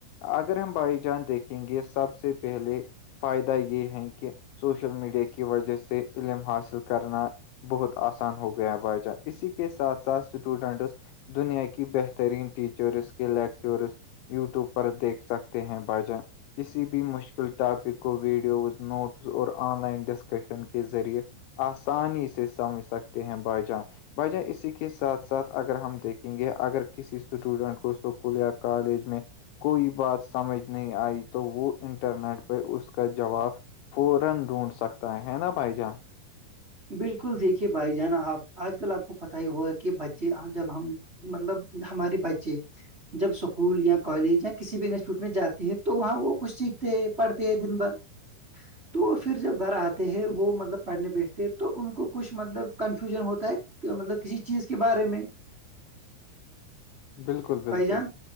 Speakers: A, on the left; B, on the right.
A: اگر ہم بھائی جان دیکھیں گے سب سے پہلے فائدہ یہ ہے کہ سوشل میڈیا کی وجہ سے علم حاصل کرنا بہت آسان ہو گیا ہے بھائی جان اسی کے ساتھ ساتھ اسٹوڈینٹس دنیا کی بہترین ٹیچرس کے لیکچرس یوٹیوب پر دیکھ سکتے ہیں بجن کسی بھی مشکل ٹاپک کو ویڈیوز نوٹس اور آن لائن ڈسکشن کے ذریعے آسانی سے سمجھ سکتے ہیں بائیجان بائیجان اسی کی کے ساتھ ساتھ اگر ہم دیکھیں گے اگر کسی اسٹوڈینٹ کو اسکول یا کالج میں کوئی بات سمجھ نہیں آئی تو وہ انٹرنیٹ پہ اس کا جواب فورن ڈھونڈ سکتا ہے ہے نا بائ جا
B: بالکل دیکھیے بھائی جانا آپ آج کل آپ کو پت ہی ہوا ہے کہ بچے جب ہم مطلب ہماراری بچے جب اسکول یا کالج یا کسی بھی انسٹیٹیوٹ میں جاتے ہے تو وہاں وہ کچھ سیکھتے ہیں پڑھتے ہیں دن بھر تو پھر جب گھر آتے ہیں وہ مطلب پڑھنے بی تھ تو ان کو کچھ مطلب کنفیوژن ہوتا ہے مطلب کسی چیز کے بارے میں
A: بالکل
B: بھائی
A: بالکل
B: جان